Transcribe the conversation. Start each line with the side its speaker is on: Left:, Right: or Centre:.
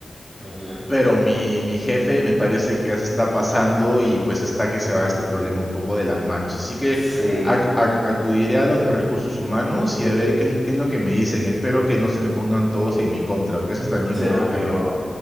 Right: Ujú.
Centre: Pero mi, mi jefe me parece que ya se está pasando y pues está que se va este problema un poco de las manos. Así que
Right: Sí,
Centre: ac- ac- acudiré a los de recursos humanos y a ver qué, es- qué es lo que me dicen. Espero que no se me pongan todos en mi contra, porque ese es también
Right: sí,
Centre: mi otro
Right: amigo.
Centre: temor.